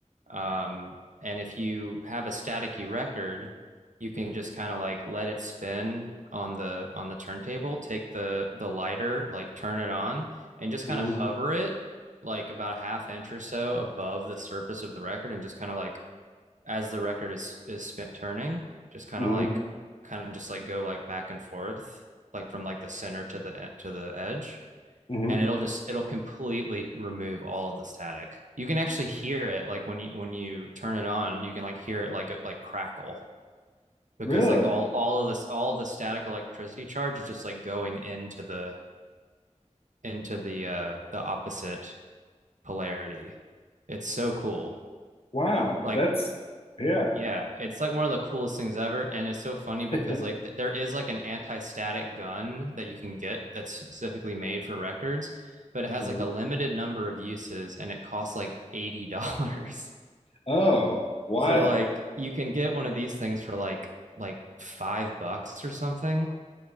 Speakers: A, on the right; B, on the left.
A: Um, and if you have a staticky record, you can just kind of like let it spin on the on the turntable. Take the the lighter, like turn it on, and just
B: hmm
A: kind of hover it like about a half inch or so above the surface of the record, and just kind of like as the record is is spin- turning, just kind
B: hmm
A: of like kind of just like go like back and forth, like from like the center to the e- to the edge,
B: hmm
A: and it'll just it'll completely remove all of the static. You can actually hear it like when you when you turn it on, you can like hear it like like crackle because
B: Really?
A: like all all of this all of the static electricity charge is just like going into the into the uh the opposite polarity. It's so cool.
B: Wow.
A: Like
B: That's yeah.
A: Yeah, it's like one of the coolest things ever, and it's so funny
B: <laughs>
A: because like th- there is like an anti-static gun that you can get that's specifically made for records, but it has
B: Mhm.
A: like a limited number of uses and it costs like eighty dollars. <laughs>
B: Oh, wild.
A: So like you can get one of these things for like like five bucks or something,